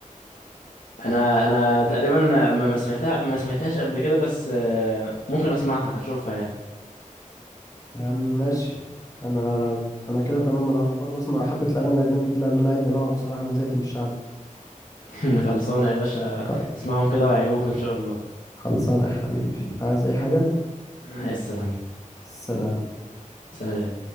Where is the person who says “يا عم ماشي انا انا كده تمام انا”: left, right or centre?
Left